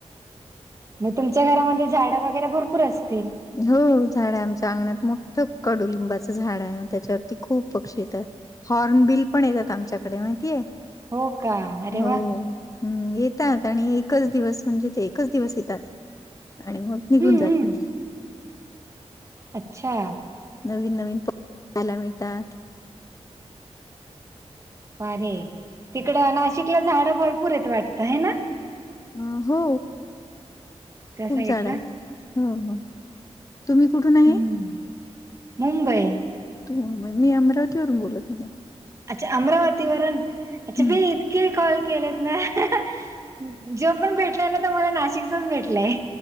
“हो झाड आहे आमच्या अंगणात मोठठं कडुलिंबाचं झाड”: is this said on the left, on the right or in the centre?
Left